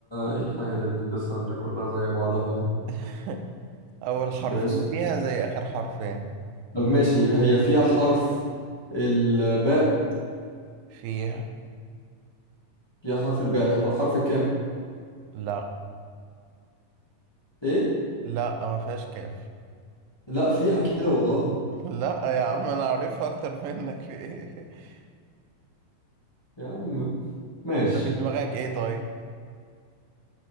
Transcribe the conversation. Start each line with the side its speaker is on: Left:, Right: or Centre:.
Left: إيه الحاجة اللي بنلبسها اللي كلها زي بعضها دي؟
Right: <laughs> أول حرفين
Left: ده اسم
Right: فيها زي آخر حرفين
Left: طب ماشي هي فيها حرف الباء
Right: فيها
Left: فيها حرف الباء الحرف الكام؟
Right: لا
Left: إيه؟
Right: لا ما فيهاش كاف
Left: لا فيها كده والله
Right: <laughs> لا يا عم أنا عارفها أكتر منك في إيه <laughs>
Left: يا عم ماشي
Right: أنت في دماغك إيه طيب